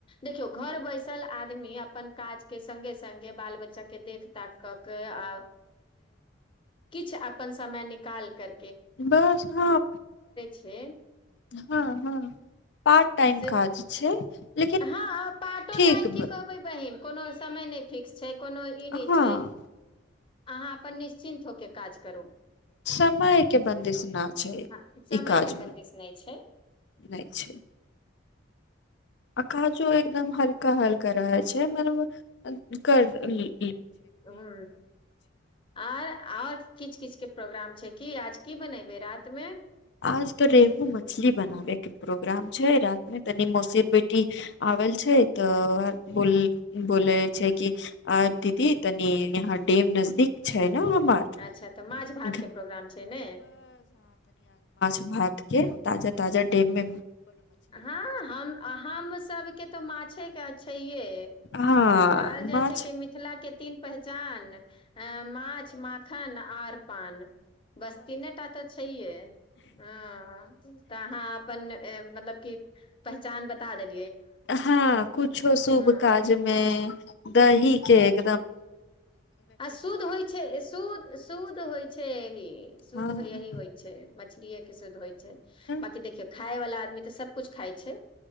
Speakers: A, on the left; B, on the left.
A: देखियौ घर बैसल आदमी अपन काज के संगे संगे बाल बच्चा के देख तख कर के आ किछु अपन समय निकाल कर
B: बस हँ
A: छै
B: हँ हँ पार्टटाइम
A: से
B: काज छै लेकिन
A: हँ पार्टो
B: ठीक
A: टाइम की कहबै बहिन कोनो समय नहि फिक्स छै कोनो ई
B: हँ
A: नहि छै अहाँ अपन निश्चित होके काज करू
B: समयके बन्दिश न छै ई
A: हँ समय
B: काजमे
A: के बन्दिश नहि छै
B: नहि छै आ काजो एकदम हलुक हलका हलका
A: ह
B: रहै छै मतलब करली
A: ह आर आओर किछ किछ के प्रोग्राम की आज की बनेैबै रात मे
B: आज तो रेहू मछली बनाबे के प्रोग्राम छै रात में तनि मौसी बेटी आवल छै तऽ बोल बोले छै कि दीदी तनि यहाँ डेम नजदीक छै <unintelligible> माछ
A: अच्छा तऽ माछ भात के प्रोग्राम छै ने
B: भात ताजा
A: हँ
B: ताजा डेममे
A: हँ हम हमसभके तऽ माछेके छैे हे
B: हँ
A: कहल जाइ
B: माछ
A: छै कि मिथिलाके तीन पहचान अ माछ माखन आर पान बस तीनेटा तऽ छैे हे हँ तऽ अहाँ अपन ऐं मतलब के पहचान बता देल
B: हँ कुछो शुभ
A: हँ
B: काजमे दहि केक
A: आ शुद्ध होइ छै सु शुद्ध होइ छै यही शुद्ध
B: हँ
A: यही होइ छै मत मछलीेए के सिध होइ छै
B: हँ
A: बाकी देखियौ खाय वाला आदमी तऽ सब कुछ खाइ छै